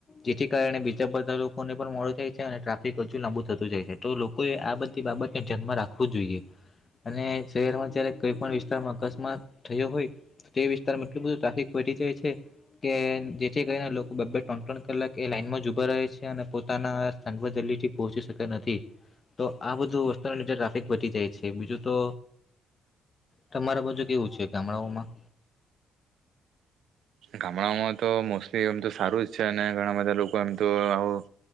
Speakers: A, on the left; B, on the right.
A: જેથી કારણે બીજા બધાં લોક ફોને પણ મોડો થાય છે અને ટ્રાફિક હજુ લાંબુ થતું જાય છે. તો લોકોએ આ બધી બાબતને ધ્યાનમાં રાખવું જોઈએ અને શહેરમાં જયારે કઈ પણ વિસ્તારમાં અકસ્માત થયો હોય તો તે વિસ્તારમાં એટલું બધું ટ્રાફિક ઘટી જાય છે કે જેથી કરીને લોકો બે બે ત્રણ ત્રણ કલાક એ લાઈનમાં જ ઊભા રહે છે અને પોતાના સાવા જલ્દીથી પહોંચી શક નથી તો આ બધું વસ્તુને લીધે ટ્રાફિક વધી જાય છે બીજું તો તમારા બાજુ કેવું છે ગામડાઓમાં?
B: ગામડાઓમાં તો મોસ્ટલી એમ તો સારું જ છે અને ઘણા બધા લોકો એમ તો આવું